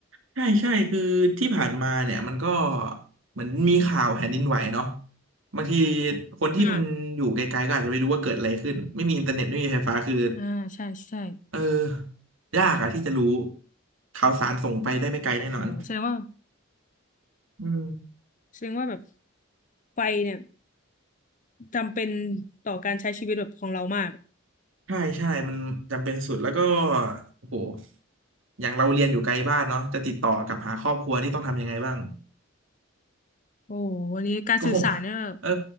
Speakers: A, on the right (about 75°); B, on the left (about 40°).
A: ใช่ใช่คือที่ผ่านมาเนี่ยมันก็เหมือนมีข่าวแผ่นดินไหวเนาะบางทีคนที่มันอยู่ไกลๆก็อาจจะไม่รู้ว่าเกิดอะไรขึ้นไม่มีอินเทอร์เน็ตไม่มีไฟฟ้าคือ
B: อ่าอ่าใช่ใช่
A: เออยากอะที่จะรู้ข่าวสารส่งไปได้ไม่ไกลแน่นอน
B: โหแสดงว่า
A: อืม
B: แสดงว่าแบบไฟเนี่ยจำเป็นต่อการใช้ชีวิตแบบของเรามาก
A: ใช่ใช่มันจำเป็นสุดแล้วก็โอ้โหอย่างเราเรียนอยู่ไกลบ้านเนาะจะติดต่อกลับหาครอบครัวนี่ต้องทำยังไงบ้าง
B: โอ้โหวันนี้การสื่อสารเนี่ยแบบ
A: <laughs> ก็คงเออ